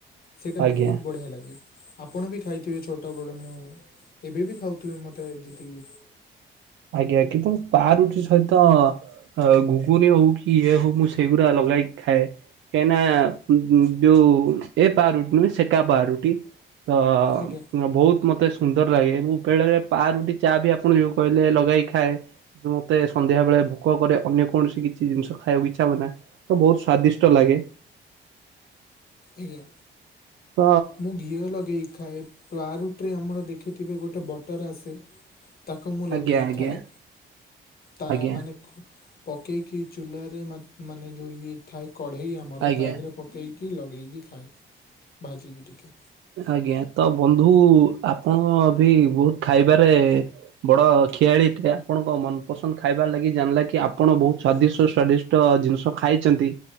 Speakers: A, on the left; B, on the right.
A: ସେଇଟା
B: ଆଜ୍ଞା।
A: ବହୁତ ବଢ଼ିଆ ଲାଗେ। ଆପଣ ବି ଖାଇଥିବେ ଛୋଟବେଳେ ମୁଁ ଏବେ ବି ଖାଉଥିବେ ମତେ ଯେତିକି
B: ଆଜ୍ଞା କିନ୍ତୁ ପାରୁଟି ସହିତ ଅ ଘୁଗୁନି ହଉ କି ଇଏ ହଉ ମୁଁ ସେଇଗୁଡା ଲଗାଇକି ଖାଏ। କାହିଁକିନା ଯୋଉ ଏ ପାରୁଟି ନୁହେଁ ସେକା ପାରୁଟି। ତ
A: ଆଜ୍ଞା
B: ବହୁତ ମତେ ସୁନ୍ଦର ଲାଗେ ଏବଂ ବେଳେଳେ ପାରୁଟି ଚା ବି ଆପଣ ଯୋଉ କହିଲେ। ଲଗାଇ ଖାଏ କିନ୍ତୁ ମତେ ସନ୍ଧ୍ୟା ବେଳେ ଭୋକ କରେ ଅନ୍ୟ କୌଣସି କିଛି ଜିନିଷ ଖାଇବାକୁ ଇଚ୍ଛା ହୁଏନା। ତ ବହୁତ୍ ସ୍ଵାଦିଷ୍ଟ ଲାଗେ।
A: ଆଜ୍ଞା।
B: ତ
A: ମୁଁ ଘିଅ ଲଗେଇ ଖାଏ ପାରୁଟି ରେ ଆମର ଦେଖିଥିବେ ଗୋଟେ ବଟର ଆସେ। ତାକୁ ମୁଁ ଲଗେଇି
B: ଆଜ୍ଞା ଆଜ୍ଞା
A: ଖାଏ ତା
B: ଆଜ୍ଞା
A: ମାନେ ପକେଇକି ଚୁଲାରେ ମାନେ ଯଉ ଇଏ ଥାଏ କଢ଼େଇ ଆମର
B: ଆଜ୍ଞା।
A: ତା ଦେହରେ। ପକଇକି ଲଗେଇକି ଖାଏ ଭାଜିକି ଟିକେ।
B: ଆଜ୍ଞା ତ ବନ୍ଧୁ ଆପଣ ବି ବହୁତ୍ ଖାଇବାରେ। ବଡ ଖୀଆଳି ଟେ ଆପଣଙ୍କ ମନପସନ୍ଦ ଖାଇବା ଲାଗି ଜାଣିଲା କି ଆପଣ ବହୁତ୍ ସ୍ଵାଦିଷ୍ଟ ସ୍ଵାଦି ଷ୍ଟ ଜିନିଷ ଖାଇଚନ୍ତି